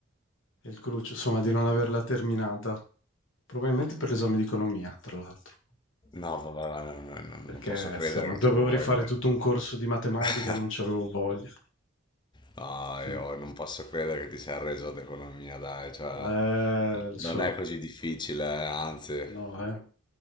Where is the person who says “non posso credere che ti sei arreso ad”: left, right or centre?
Left